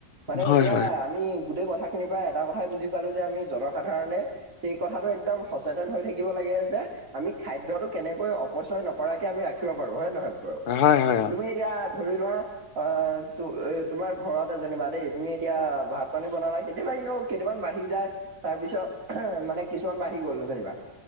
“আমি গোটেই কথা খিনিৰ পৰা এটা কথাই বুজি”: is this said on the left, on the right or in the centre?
Right